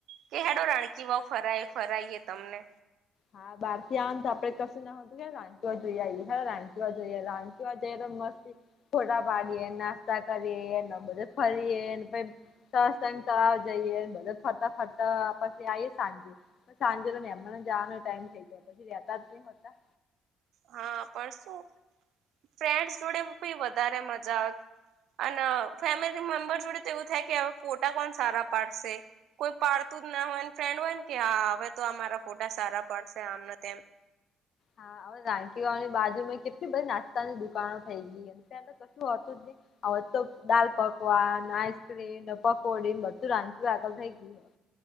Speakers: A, on the right; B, on the left.
A: કે હેડો રાણકી વાવ ફરાઈ ફરાઈએ તમને
B: હા બાર થી આવન તો આપડે કશું ના રાણ કી વાવ જોઈ આઈ એ હેડો રાણ કી વાવ જોઈએ રાણ કી વાવ જઈએ તો મસ્તી ફોટા પાડીએ નાસ્તા કરીએને બધે ફરીએને પ સહસ્ત્રલિંગ તળાવ જઈએ બધે ફરતા ફરતા પછે આઈ એ સાંજે સાંજે તો મેમણાને જવાનો ટાઈમ થઈ જાય પછી રેતા ની હતા.
A: હા પણ શું ફ્રેન્ડસ જોડે ભી વધારે મજા આવે. અન ફેમિલી મેમ્બર જોડે તો એવું થાય કે હવે ફોટા કોણ સારા પાડશે? કોઈ પાડતું જ ના હોયને ફ્રેન્ડ હોય ને ત્યાં હવે તો આ મારા ફોટા સારા પડશે આમને તેમ
B: હા હવે રાણકીવાવ ની બાજુમાં કેટલી બધી નાસ્તાની દુકાનો થઈ ગઈ છે પેલા ત્યાં તો કશું હોતું જ નહી હવે તો દાલ પકવાન, આઈસ્ક્રીમ, ને પકોડી બધું રાણકીવાવ આગળ થઇ ગયું